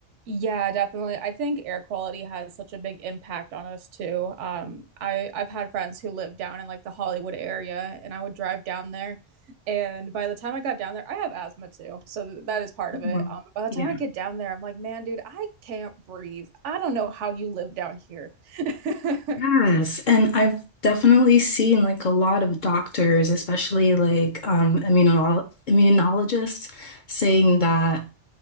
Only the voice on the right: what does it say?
Yeah, definitely. I think air quality has such a big impact on us too. Um, I I've had friends who live down in like the Hollywood area, and I would drive down there, and by the time I got down there, I have asthma too, so th that is part of it.
Um, by the
time I get down there, I'm like, man, dude, I can't breathe. I don't know how you live down here. <laughs>